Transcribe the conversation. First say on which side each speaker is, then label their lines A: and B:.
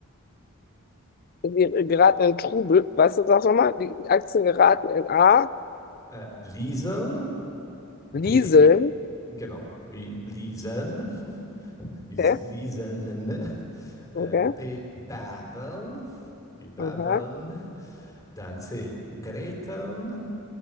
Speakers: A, on the left; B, on the left.
A: Wir äh, geraten in Trubel. Weißt du, sag nochmal, die Aktien geraten in A,
B: Äh, Lieseln, B.
A: Lieseln.
B: Genau, wie lieseln, <laughs> wie sie-
A: Okay.
B: lieseln, äh,
A: Okay.
B: bebabbeln, wie babbeln,
A: Aha.
B: dann C, greteln